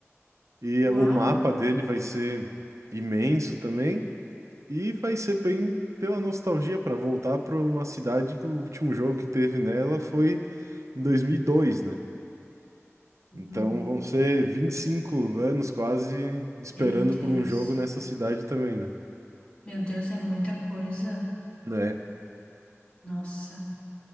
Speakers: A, on the right; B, on the left.
A: E
B: Uau!
A: o mapa dele vai ser imenso também e vai ser bem pela nostalgia para voltar para uma cidade que o último jogo que teve nela foi em dois mil e dois né?
B: Uhum.
A: Então vão ser 25 anos quase esperando
B: Meu Deus.
A: por um jogo nessa cidade também, né?
B: Meu Deus, é muita coisa.
A: Né?
B: Nossa.